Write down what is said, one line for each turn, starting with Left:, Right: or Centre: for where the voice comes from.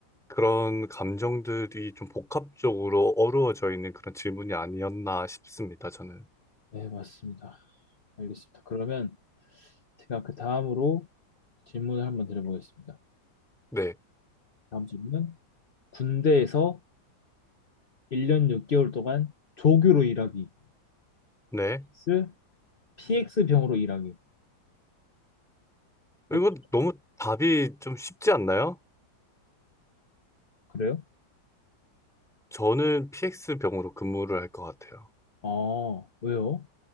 Centre: 그런 감정들이 좀 복합적으로 어우러져 있는 그런 질문이 아니었나 싶습니다, 저는.
Left: 네, 맞습니다. 알겠습니다. 그러면 제가 그 다음으로 질문을 한번 드려보겠습니다.
Centre: 네.
Left: 다음 질문은 군대에서 1년 6개월 동안 조교로 일하기,
Centre: 네.
Left: vs PX 병으로 일하기. 어,
Centre: 이거 너무 답이 좀 쉽지 않나요?
Left: 그래요?
Centre: 저는 PX 병으로 근무를 할 것 같아요.
Left: 아, 왜요?